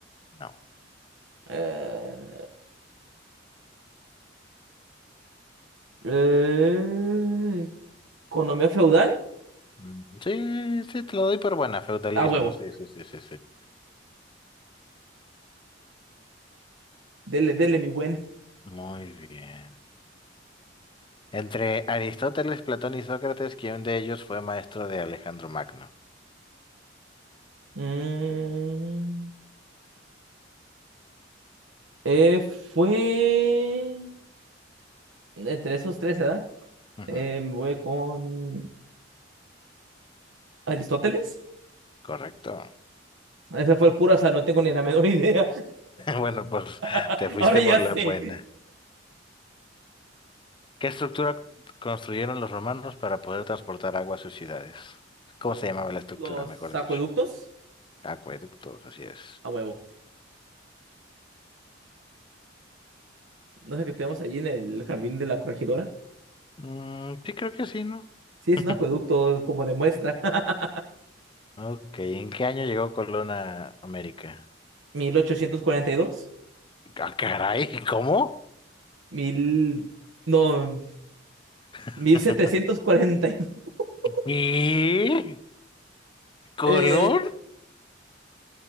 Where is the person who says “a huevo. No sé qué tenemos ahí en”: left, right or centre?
Right